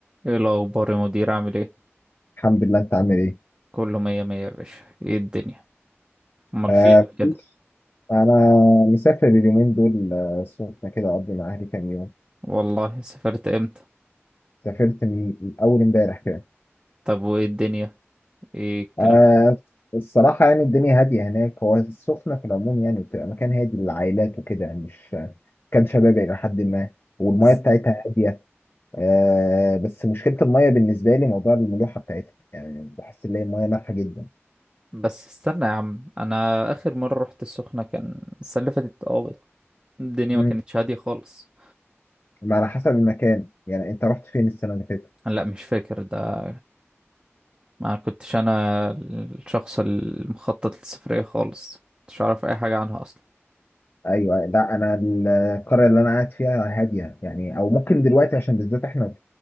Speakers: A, on the right (about 25°); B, on the left (about 50°).
A: ايه الاخبار يا مدير عامل ايه
B: الحمد لله انت عامل ايه؟
A: كله مية مية يا باشا ايه الدنيا امال
B: آه
A: فين كده
B: انا مسافر اليومين دول آه، السخنة كده اقضي مع اهلي كام يوم
A: والله سافرت امتى
B: سافرت من من اول امبارح كده
A: طب وايه الدنيا ايه الكلام
B: آه الصراحة يعني الدنيا هادية هناك هو السخنة في العموم يعني بتبقى مكان هادي للعائلات وكده يعني مش كان شبابي إلى حد ما والمية
A: ز...
B: بتاعتها هادية آه بس مشكلة المية بالنسبة لي موضوع الملوحة بتاعتها يعني بحس ان هي المية مالحة جدا
A: بس استنى يا عم انا اخر مرة رحت السخنة كان السنة اللي فاتت اه بس الدنيا
B: مم.
A: ما كانتش هادية خالص
B: على حسب المكان يعني انت رحت فين السنة اللي فاتت؟
A: لا مش فاكر ده ما كنتش انا الشخص المخطط للسفرية خالص مش عارف اي حاجة عنها اصلا
B: ايوه لا انا القريه اللي انا قاعد فيها هاديه يعني او ممكن دلوقتي عشان بالذات احنا في